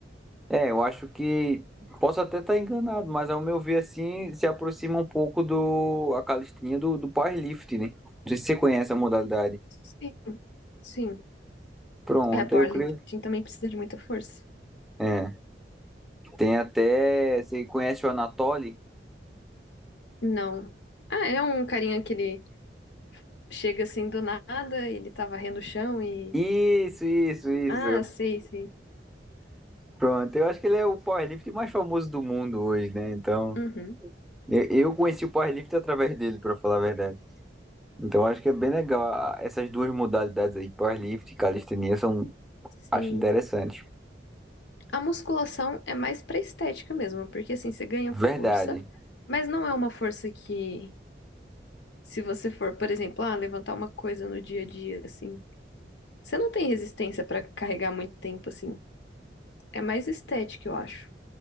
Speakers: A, in the centre; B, on the left.
A: É, eu acho que posso até estar enganado, mas ao meu ver assim se aproxima um pouco do a calistenia do, do powerlifting, né? Não sei se você conhece a modalidade.
B: Sim, sim.
A: Pronto,
B: É, powerlifting
A: eu creio.
B: também precisa de muita força.
A: É, tem até, você conhece o Anatoly?
B: Não. Ah, é um carinha que ele chega assim do nada, ele tá varrendo o chão e.
A: Isso, isso, isso.
B: Ah, sei, sei.
A: Pronto, eu acho que ele é o powerlifting mais famoso do mundo hoje, né? Então,
B: Uhum,
A: eu, eu conheci o powerlifting através dele, pra falar a verdade. Então, eu acho que é bem legal a- essas duas modalidades aí, powerlifting e calistenia, são
B: sim.
A: acho interessantes.
B: A musculação é mais pra estética mesmo, porque assim, você ganha
A: Verdade.
B: força, mas não é uma força que, se você for, por exemplo, ah, levantar uma coisa no dia a dia, assim, você não tem resistência pra carregar muito tempo, assim. É mais estética, eu acho.